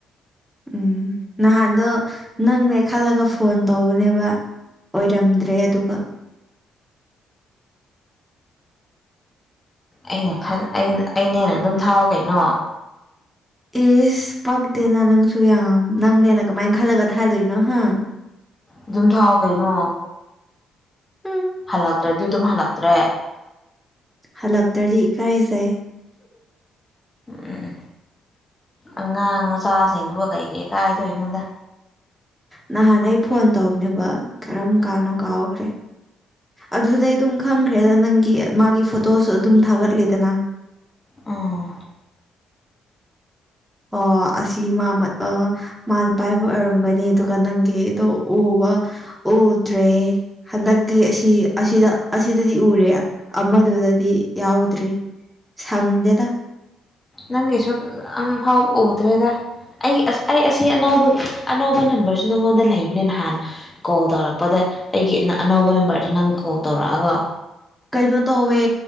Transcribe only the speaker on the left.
ꯑꯩꯅ ꯈ ꯑꯩꯅꯦꯅ ꯑꯗꯨꯝ ꯊꯥꯎ ꯀꯩꯅꯣ
ꯑꯗꯨꯝ ꯊꯥꯎ ꯀꯩꯅꯣ
ꯍꯜꯂꯛꯇ꯭ꯔꯗꯤ ꯑꯗꯨꯝ ꯍꯜꯂꯛꯇ꯭ꯔꯦ
ꯎꯝ ꯑꯉꯥꯡ ꯃꯆꯥꯁꯤꯡꯗꯨꯕ ꯀꯩ ꯀꯩ ꯀꯥꯏꯗꯣꯏ ꯅꯪꯗ
ꯑꯥ
ꯅꯪꯒꯤꯁꯨ ꯑꯝꯐꯥꯎꯕ ꯎꯗ꯭ꯔꯦꯗ ꯑꯩ ꯑꯩ ꯑꯁꯤ ꯑꯅꯥꯎꯕꯒꯤ ꯑꯅꯧꯕ ꯅꯝꯕꯔꯁꯨ ꯅꯪꯉꯣꯟꯗ ꯂꯩꯕꯅꯤ ꯅꯍꯥꯟ ꯀꯣꯜ ꯇꯧꯔꯛꯄꯗ ꯑꯩꯒꯤ ꯑꯅꯧꯕ ꯅꯝꯕꯔꯗ ꯅꯪ ꯀꯣꯜ ꯇꯧꯔꯛꯑꯒ